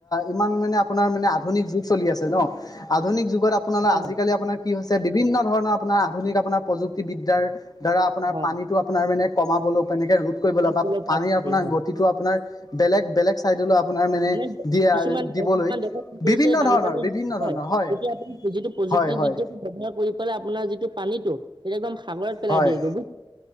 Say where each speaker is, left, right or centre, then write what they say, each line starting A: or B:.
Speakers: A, on the left; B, on the right.
A: ইমান মানে আপোনাৰ মানে আধুনিক যুগ চলি আছে নহ। আধুনিক যুগত আপোনাৰ
B: হয়
A: আজিকালি আপোনাৰ কি হৈছে বিভিন্ন ধৰণৰ আপোনাৰ আধুনিক আপোনাৰ প্ৰযুক্তিবিদ্যাৰ। দ্বাৰা আপোনাৰ
B: হয়।
A: পানীটো আপোনাৰ মানে কমাবলৈ এনেকৈ ৰোধ কৰিব
B: গৰম
A: লাগে বা
B: তেলৰ পাৰি
A: পানীৰ আপোনাৰ
B: হয়।
A: গতিটো আপোনাৰ। বেলেগ বেলেগ চাইডলৈ আপোনাৰ
B: মানে
A: দিয়া
B: কিছুমান
A: দিবলৈ
B: কিছুমান দেশত কি কৰিছে
A: বিভিন্ন
B: বানপানীৰ।
A: ধৰণৰ বিভিন্ন
B: <unintelligible>
A: ধৰণৰ হয়
B: তেতিয়া আপোন যিটো প্ৰযুক্তিবিদ্যাত
A: হয় হয়
B: ব্যৱহাৰ কৰি পেলাই আপোনাৰ যিটো পানীটো সেইটো একদম। সাগৰত পেলাই
A: হয়
B: দিয়ে গৈ।